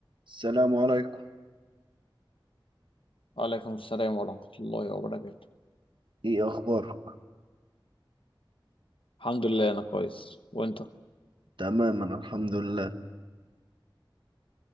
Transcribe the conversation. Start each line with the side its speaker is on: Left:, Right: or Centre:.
Right: السلام عليكم
Left: وعليكم السلام ورحمة الله وبركاته
Right: ايه اخبارك
Left: الحمد لله أنا كويس وأنت؟
Right: تماما الحمد لله